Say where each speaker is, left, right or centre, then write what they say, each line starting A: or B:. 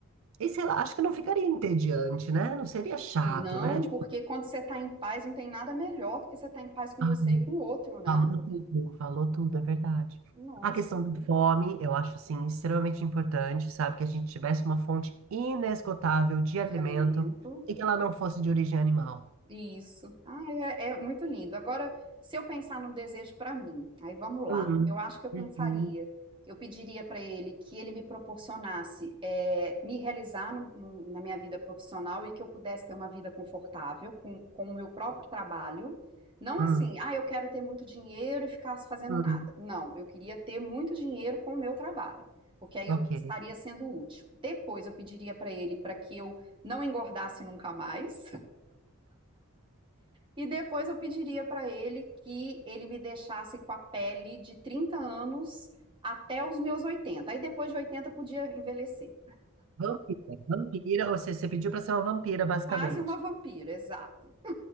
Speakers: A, on the right; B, on the right.
A: e sei lá, acho que não ficaria entediante, né? Não seria chato,
B: Não,
A: né? Tipo,
B: porque quando você está em paz, não tem nada melhor do que você estar em paz com
A: ah,
B: você e com o outro, né?
A: falou tudo, falou tudo, é verdade.
B: Nossa,
A: A questão da fome, eu acho, assim, extremamente importante, sabe? Que a gente tivesse uma fonte inesgotável de
B: de
A: alimento
B: alimento.
A: e que ela não fosse de origem animal.
B: Isso. Ah, é, é muito lindo. Agora, se eu pensar no desejo para mim, aí vamos lá.
A: Hum,
B: Eu acho que eu pensaria,
A: uhum, hum,
B: eu pediria para ele que ele me proporcionasse é, me realizar no- no- na minha vida profissional e que eu pudesse ter uma vida confortável com, com o meu próprio trabalho. Não
A: hum.
B: assim, ah, eu quero ter muito dinheiro e ficar fazendo
A: hum.
B: nada. Não, eu queria ter muito dinheiro com o meu trabalho, porque aí
A: Ok.
B: eu estaria sendo útil. Depois, eu pediria para ele para que eu não engordasse nunca mais. E depois eu pediria para ele que ele me deixasse com a pele de 30 anos até os meus oitenta. Aí depois de 80 podia envelhecer.
A: Vampira. Vampira, ou seja, você pediu pra ser uma vampira, basicamente.
B: Quase uma vampira, exato.